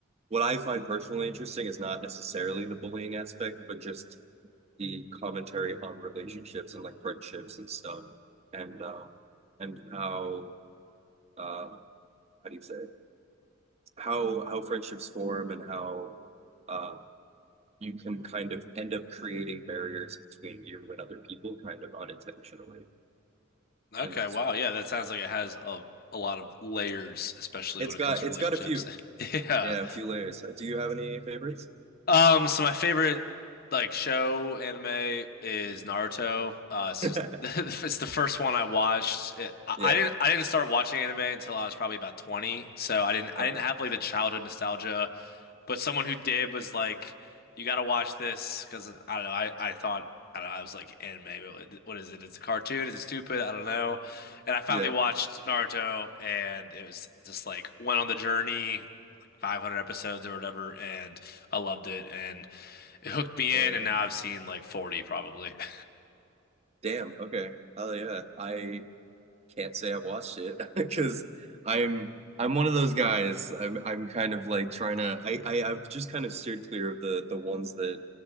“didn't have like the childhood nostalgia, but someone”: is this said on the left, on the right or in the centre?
Left